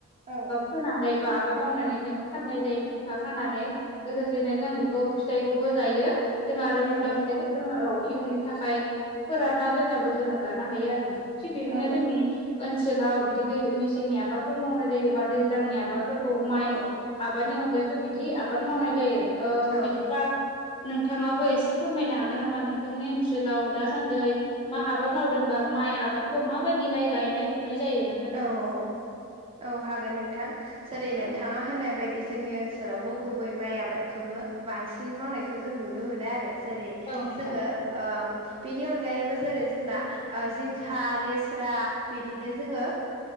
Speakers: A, on the right; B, on the left.
A: औ
B: फोनानै बा आबाद मावनानै जोङो फाननाय जायो फिथा खानानै लोगोसेनो जों बेखौ फिथाइखौबो जायो जोंहा आरो
A: औ
B: मुला
A: नंगौ
B: फिथाइखौ जोङो औ इयुननि थाखाय फोराना दोननाबो जोङो जानो हायो आरो थिग बिदिनो
A: औ नंगौ
B: जोंनि
A: नोंथां
B: ओनसोलाव बिदि दै मेसेंनि आबादफोर मावनाय जायोबा दैज्लांनि आबादफोर खौ माइ
A: औ
B: आबादनि अनगायैबो बिदि आबाद मावनाय जायो ओ
A: औ
B: बिदिबा नोंथाङाबो एसे फोरमायनो हागोन नामा नोंथांनि ओनसोलाव दासान्दै मा आबाद मावदोंबा माइ आबादखौ माबायदिहाय गायनाय फुनाय जायो नों
A: औ औ औ हागोन नोंथां जेरै
B: औ
A: नोंथाङा होननाय बायदि जोंनि ओनसोलावबो गुबै माइ आबादखौनो बांसिन मावनायखौ जों नुनो मोनो आरो जेरै
B: औ नोंथां
A: जोङो बेनि अनगायैबो जेरै जोंना जिंखा लेस्रा बिदिनो जोङो